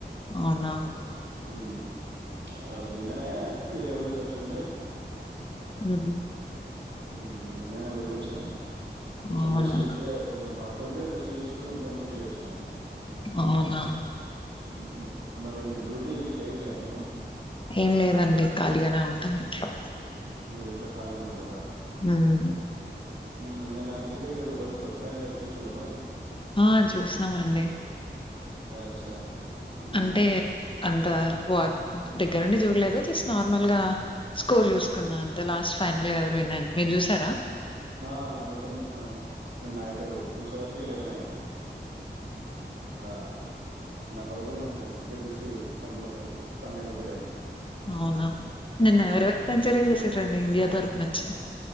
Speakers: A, on the left (about 30°); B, on the right (about 70°).
A: అవున
B: ఉహ్మ్ నిన్ననే వెరే ఊరికి వచ్చి ఉండె.
A: ఉమ్మ్
B: ఉహ్మ్ నిన్ననే ఊరికొచ్చిన కొంచెం
A: అవునా
B: జెస్ట్ ఇప్పుడె కొంచెం పడుకొని రెస్ట్ తీస్ కొనీ ఇంతక ముందుకే లేసిన మ్యామ్
A: అవున
B: హ్మ్ హు మరి మీరు డ్యూటీ గిట్ల ఎమ్ లేదా మీకు
A: ఎం లేదండి ఖాళీగానే ఉంటాం ఇంట్లో.
B: మీరు ఇంట్లో ఖాళీగానే ఉంటరా.
A: ఉహ్మ్
B: ఉమ్ నిన్న క్రికెట్ వరల్డ్ కప్ ఫైనల్ అయింది చూసిల్ల మరి
A: ఆ చూసినం అండి
B: అచ్చా మ్మ్.
A: అంటే అంతా వా దగ్గరు నుండి చూడలేదు జస్ట్ నార్మల్ గా స్కోర్ చూసుకున్నా అంటే లాస్ట్ ఫైనల్ గా ఎవరు విన్ అయినరు మీరు చూసారా
B: ఆ నేను మొత్తం చూసినం మేం నేను నైటు చూసే వరకి లేవెన్ అయింది వా నిన్న పదకొండు అంది అది క్రికెట్ చూసి పండుకున్న సరికి పన్నెండు ఒకటి అయింది
A: అవునా నిన్న ఎవరవరు
B: ఆ
A: సెంచరీలు సేసిరండి ఇండియా తరపు నుంచి